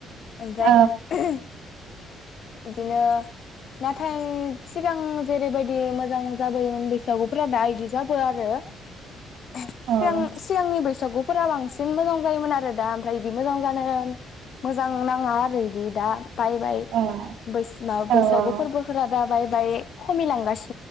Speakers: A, on the left; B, on the right.
A: ओमफ्राय
B: औ
A: <unintelligible> बिदिनो नाथाय सिगां जेरैबायदि मोजां जाबोयोमोन बैसागुफोरा दा इदि जाबो आ आरो <unintelligible>
B: औ
A: सिगां सिगांनि बैसागु फोरा बांसिन मोजां जायोमोन आरो दा ओमफ्राय इदि मोजां जानो मोजां नाङा आरो इदि दा बायबाय
B: औ
A: बै माबा
B: औ
A: बैसागु फोरबोफोरा दा बाय बाय खमिलांगासिनो